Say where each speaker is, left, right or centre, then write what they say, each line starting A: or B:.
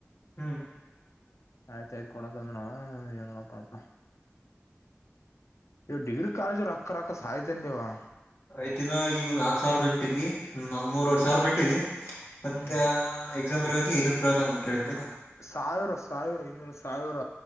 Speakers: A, on the left; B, on the left.
A: ಹ್ಮ್
B: ಆಯ್ತಾಯಯ್ತು ಕೊಡಂತ ಅಂದ್ರ ನ ನೀ ನೋಡಪ ನೀವು ಡಿಗ್ರಿ ಕಾಲೇಜ್ ರಕ್ಕ ರಕ್ಕ ಸಾಾಯತಂಡೇವಾ
A: ಯ್ತಿನ ಈಗ ನಾಲ್ಕಕ್ ಸಾವಿರ ಕಟ್ಟಿದ್ದಿ ನಲ್ ಮೂರವರೆ ಸಾವಿರ ಕಟ್ಟಿದ್ದಿ ಮತ್ತೆ
B: ಹ್ಮ್
A: ಎಕ್ಸಾಮ್ ಬರ್ಯತಿ ಐದನೂರು ಕೇಳಳ್ತ ಅಂತ ಕೇಳಿದ್ರಿಲ್ಲ
B: ಸಾವಿರ ಸಾವಿರ ಐನೂರು ಸಾವಿರ